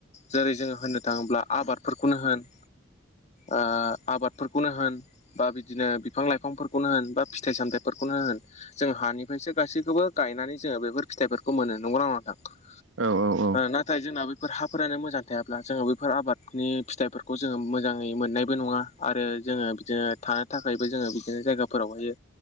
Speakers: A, on the left (about 35°); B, on the right (about 70°).
A: जेरै जोङो होननो थाङोब्ला आबादफोरखौनो होन आ आबादफोरफोरखौनो होन बा बिदिनो बिफां लाइफांफोरखौनो होन बा फिथाइ सामथाइफोरखौनो होन जों हानिफ्रायसो गासैखौबो गायनानै जोङो बेफोर फिथाइफोरखौ मोनो नंगौना नङा नोंथां?
B: औ औ औ
A: नाथाय जोंना बैफोर हाफोरानो मोजां थायाब्ला जोङो बैफोर आबादनि फिथाइफोरखौ जोङो मोजाङै मोननाय बो नङा आरो जोङो बिदिनो थानो थाखायबो जोङो बिदिनो जायगाफोरावहायो